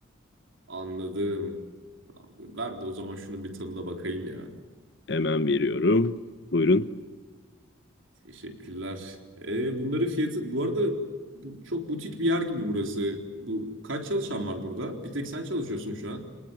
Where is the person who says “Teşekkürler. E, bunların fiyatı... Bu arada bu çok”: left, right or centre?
Right